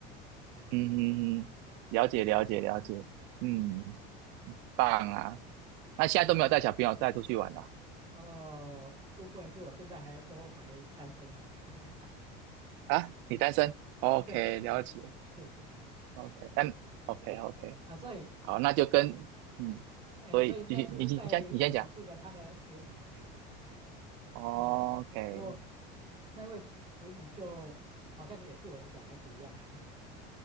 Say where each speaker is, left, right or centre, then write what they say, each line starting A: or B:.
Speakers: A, on the right; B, on the right.
A: 哎，
B: 嗯嗯嗯，
A: 嗯
B: 了解了解了解，
A: 嗯嗯，
B: 嗯，棒啊！
A: 对啊，
B: 那现在都没有带小朋友带出去玩了
A: 哦，不，不好意思，我现在还都还单身呢、<laughs>
B: 啊？你单身？OK，
A: 啊，对，
B: 了解
A: 啊，嗯是，哎，
B: ，OK，嗯，OK OK，
A: 啊，所以，
B: 好，那就跟嗯，
A: 哎，
B: 所以继续，
A: 所以那次是带我同事的他的子女，
B: 你你先你先讲
A: 哎，哎，
B: ，OK，
A: 出去玩的，不过，啊，那位子子女就好像也是我的小孩子一样啊，